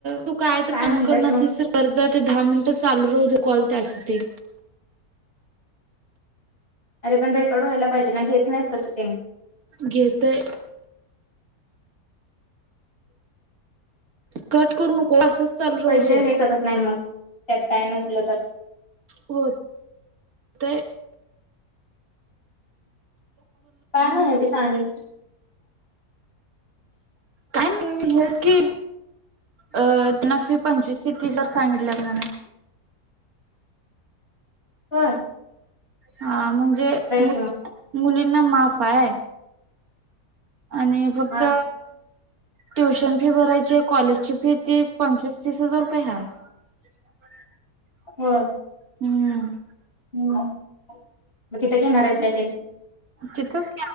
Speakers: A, on the right (about 70°); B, on the left (about 40°).
A: तू काय तर काम
B: म्हणत्यास
A: करणार
B: मग
A: असलीस तर कर्ज ते दहा मिनिटं चालू राहू दे कॉल त्याच ते
B: अरे पण रेकॉर्ड व्हायला पाहिजे ना घेत नाहीत तसं त्यानी
A: घेतय. कट करू नको असंच चालू राहू
B: पैसे
A: दे
B: हे करत नाही मग त्यात काय नसलं तर
A: हो ते
B: काय नाही पि सा आणि
A: काय हे की अ ना फी पंचवीस ते तीस हजार सांगितल्यात म्हणून
B: ह
A: हा म्हणजे मु
B: की मग
A: मुलींना माफ आहे. आणि फक्त
B: हा
A: ट्युशन फी भरायचे कॉलेज ची फी तीस पंचवीस तीस हजार रुपये हाय. <unintelligible>
B: हम
A: हम्म
B: हम् मग तिथं घेणार आहे काय त्यानी
A: तिथेच